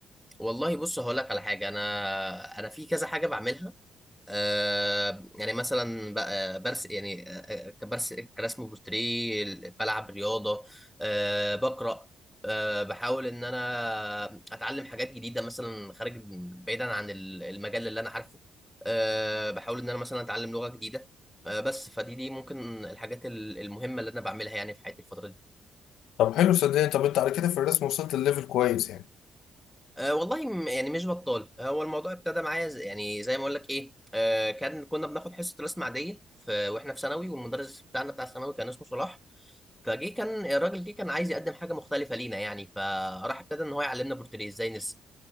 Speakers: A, in the centre; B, on the left (about 85°).
A: والله بص هقول لك على حاجه انا انا في كذا حاجه بعملها آه، يعني مثلا بقى برس يعني آه، كبرس كرسم بورتريه بلعب رياضه آه، بقرا آه، بحاول ان انا اتعلم حاجات جديده مثلا خارج بعيدا عن ال- المجال اللي انا عارفه آه، بحاول ان انا مثلا اتعلم لغه جديده آه، بس فدي دي ممكن الحاجات ال- المهمه اللي انا بعملها يعني في حياتي الفتره دي
B: طب حلو صدقني طب انت على كده في الرسم وصلت الليفل كويس يعني
A: أه والله م- يعني مش بطال آه، هو الموضوع ابتدى معايا زي يعني زي ما اقول لك ايه أه كان كنا بناخد حصه رسم عاديه في واحنا في ثانوي والمدرس بتاعنا بتاع ثانوي كان اسمه صلاح فجه كان الراجل جه كان عايز يقدم حاجه مختلفه لينا يعني فراح ابتدى ان هو يعلمنا بورتريه ازاي نرسم